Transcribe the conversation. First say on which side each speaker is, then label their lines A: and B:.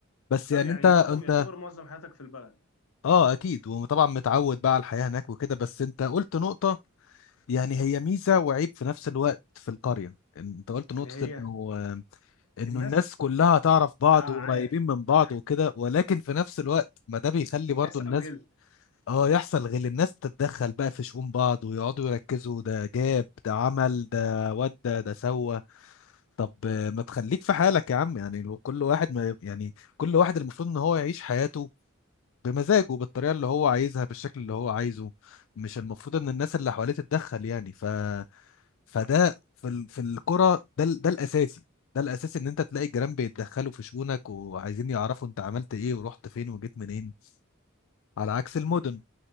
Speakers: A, on the left; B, on the left.
A: بس
B: طب
A: يعني
B: يعني
A: انت انت
B: معظم يعتبر معظم حياتك في البلد
A: اه اكيد وطبعا متعود بقى على الحياة هناك وكده بس انت قلت نقطة يعني هي ميزة وعيب في نفس الوقت في القرية انت قلت نقطة
B: اللي هي
A: انه انه
B: الناس
A: الناس كلها تعرف بعض
B: اه عايش
A: وقريبين من بعض
B: <laughs>
A: وكده ولكن في نفس الوقت ما ده بيخلي برضو
B: بيحصل
A: الناس
B: غل
A: اه يحصل غل الناس تتدخل بقى في شؤون بعض ويقعدوا يركزوا ده جاب ده عمل ده ودى ده سوى طب آه، ما تخليك في حالك يا عم يعني لو كل واحد ما يعني كل واحد المفروض ان هو يعيش حياته بمزاجه بالطريقه اللي هو عايزها بالشكل اللي هو عايزه مش المفروض ان الناس اللي حواليه تتدخل يعني ف فده في ال... في الكرة ده ال... ده الاساسي ده الاساسي ان انت تلاقي الجيران بيتدخلوا في شؤونك وعايزين يعرفوا انت عملت ايه ورحت فين وجيت منين على عكس المدن
B: امم